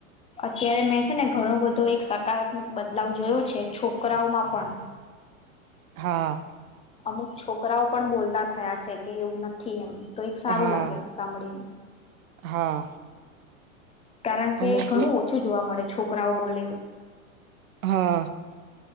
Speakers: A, on the left; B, on the right.
A: અત્યારે મેં છે ને ઘણો બધો એક સકારાત્મક બદલાવ જોયો છે છોકરાઓમાં પણ.
B: હા.
A: અમુક છોકરાઓ પણ બોલતા થયા છે કે એવું નથી એમ. તો એક સારું
B: હા
A: લાગે સાંભળીને.
B: હા
A: કારણ કે
B: અમુક
A: ઘણું ઓછું જોવા મળે છોકરાઓ બોલે. <inaudible>
B: હા.